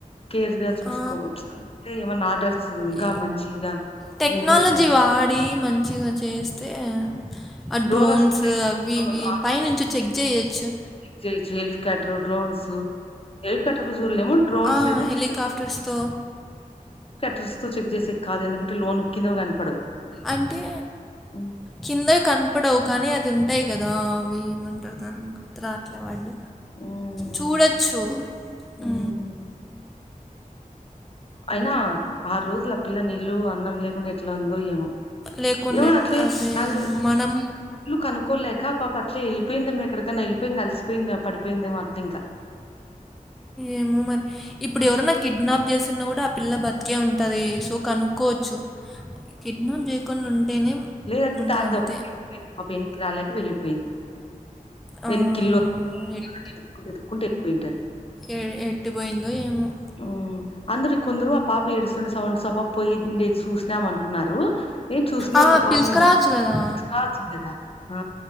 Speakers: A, on the left; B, in the centre.
A: కేర్ గా చూసుకో
B: ఆ!
A: అంటే ఏమన్నా ఆర్డర్స్ ఇంకా
B: ఎ
A: మంచిగా
B: టెక్నాలజీ
A: ఎంకరేజ్ చేయ
B: వాడి మంచిగా చేస్తే ఆ డ్రోన్స్
A: డోనర్స్ ఉంటాయి
B: అవి ఇ పైనుంచి చెక్ చెయొచ్చు
A: చెక్ జేయచ్చు హెలికాప్టర్ డ్రోన్స్ హెలికాప్టర్ ఏమో డ్రోన్స్
B: ఆ!
A: అయితే <inaudible>
B: హెలికాప్టర్స్‌తో
A: డ్రస్ చెక్ చేసే కాదు ఎందుకంటే లోన్ కింద కనపడవు
B: అంటే
A: ఉమ్
B: కింద కనపడవు కానీ అది ఉంటాయి కదా ఏమంటారు దాన్ని గుర్తు రావట్లేదు వర్డ్
A: ఉమ్
B: చూడచ్చు
A: ఉమ్
B: ఆ
A: అయినా ఆరు రోజులు ఆ పిల్ల నీళ్లు అన్నం లేకుండా ఎట్ల ఉందో ఏమో
B: లేకుండే
A: ఏమ అట్లే
B: అదే
A: నాకుదెల్సి
B: అది మనం
A: ఇల్లు కను కోలేక ఆ పాప అట్లే వెళ్ళపోయింది మ్మే ఎక్కడికన్నా వెళ్ళిపోయింగ అలిసిపోయి ఇంగ పడిపోయిందేమో అట ఇంకా
B: ఏమో మరి ఇప్పుడు ఎవరైనా కిడ్నాప్ చేసిన కూడా ఆ పిల్ల బతికే ఉంటది సో కనుక్కోవచ్చు కిడ్నాప్ చేయకుండ ఉంటేనే
A: లేదంటే
B: ఇంక
A: దారి
B: అంతే.
A: తప్పి పాప వెనిక్కి రాలేక వెళ్ళిపోయింది
B: ఆహ్,
A: వెన్న కిల్లుక్కుంటూ
B: ఎట్
A: వెళ్ళిపోయింటది
B: ఎ ఎటు పోయిందో ఏమో!
A: ఆ అందరు కొందరు ఆ పాప ఏడ్స్తుండి సండ్ స డేది చూసినాం అంటున్నారు ఏం చూసినోళ్ళ
B: ఆ
A: పాపసురా
B: పిలుసుకురావచ్చు కదా
A: వచ్చింది కదా ఆ